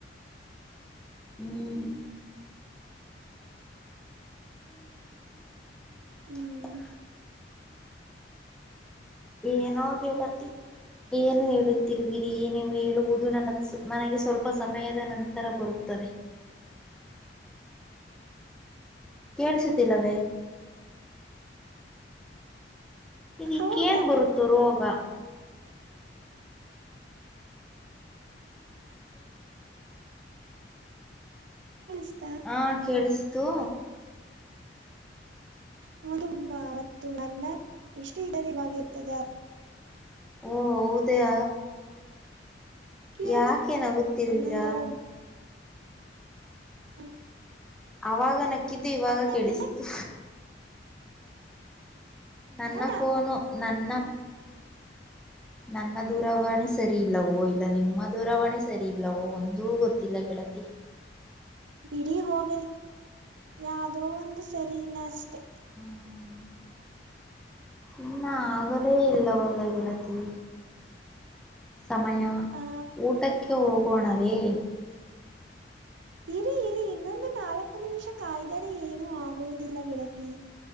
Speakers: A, in the centre; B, on the right.
A: ಹ್ಮ್. <inaudible>
B: ಹ್ಮ್
A: ಏನೋ ಗೆಲತಿ. ಏನು ಹೇಳುತ್ತಿರುವಿರಿ ನೀವು ಹೇಳುವುದು ನನ್ನ ನನಗೆ ಸ್ವಲ್ಪ ಸಮಯದ ನಂತರ ಬರುತ್ತದೆ. ಕೇಳಸತಿಲ್ಲವೇ. ಇದಿಕ್ಕೆನ್
B: ಹೌದಾ
A: ಬರುತ್ತೋ ರೋಗ. <inaudible>
B: ಸ್ತಾ.
A: ಹಾ ಕೇಳಸ್ತು.
B: ಹೌದುುಂಬಾ ಅವತ್ತು ನನ್ನ ಇಷ್ಟು ಇದರೆ ಬರ್ತದೆ.
A: ಓ ಹೌದಯ
B: ಕೇಳಸ್
A: ಯಾಕೇ ನಗುತ್ತಿರುವಿರಾ.
B: ಅನ್ನೊಂದಲ ಹ
A: ಅವಾಗ ನಕ್ಕಿದ್ದು ಇವಾಗ ಕೇಳಿಸಿತು.
B: ಮುಂದೆ
A: ನನ್ನ
B: ನಾನಾ
A: ಫೋನು ನನ್ನ ನನ್ನ ದೂರವಾಣಿ ಸರಿ ಇಲ್ಲವೋ ಇಲ್ಲ ನಿಮ್ಮ ದೂರವಾಣಿ ಸರಿ ಇಲ್ಲವೋ ಒಂದೂ ಗೊತ್ತಿಲ್ಲ ಗೆಳತಿ.
B: ಬಿಡಿ ಹೋಗಲಿ ಯಾದೋ ಒಂದು ಸರಿ ಇಲ್ಲ ಅಷ್ಟೆ.
A: ಹ್ಮ್ ಇನ್ನ ಆಗಲೇ ಇಲ್ಲವಲ್ಲ ಗೆಳತಿ. ಸಮಯಾ
B: ಆ
A: ಊಟಕ್ಕೆ ಹೋಗೋಣವೇ.
B: ಇರಿ ಇರಿ ಇನ್ನೊಂದು ನಾಲ್ಕು ನಿಮಿಷ ಕಾಯ್ದರೆ ಏನು ಆಗುವುದಿಲ್ಲ ಗೆಳತಿ.